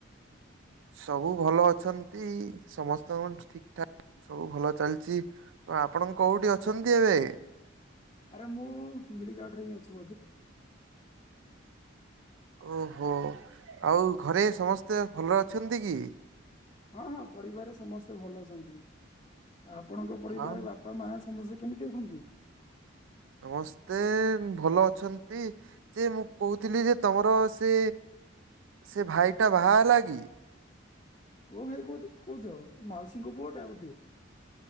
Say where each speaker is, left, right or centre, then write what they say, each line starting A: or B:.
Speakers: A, on the right; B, on the left.
A: ସବୁ ଭଲ ଅଛନ୍ତି ସମସ୍ତଙ୍କ ଠିକ ଠାକ୍ ସବୁ ଭଲ ଚାଲଚି ଆଉ ଆପଣ କୋଉଠି ଅଛନ୍ତି ଏବେ?
B: ଆରେ ମୁଁ <unintelligible> ଗାର୍ଡରେ ହିଁ ଅଛି ବନ୍ଧୁ।
A: ଓହୋ ଆଉ ଘରେ ସମସ୍ତେ ଭଲରେ ଅଛନ୍ତି କି?
B: ହଁ ହଁ ପରିବାରରେ ସମସ୍ତେ ଭଲ ଅଛନ୍ତି ଆଉ ଆପଣଙ୍କ ପରିବାରରେ
A: ଆଉ
B: ବା ପା ମାଆ ସମସ୍ତେ କେମିତି ଅଛନ୍ତି?
A: ସମସ୍ତେ ଭଲ ଅଛନ୍ତି ଯେ ମୁଁ କକହୁଥିଲି ଯେ ତମର ସେ ସେ ଭାଇଟା ବାହା ହେଲାକି?
B: କୋଉ ଭାଇ କୁହତ କୋହୁଚ ମାଉସୀଙ୍କ ପୁଅଟା ବୋଧେ?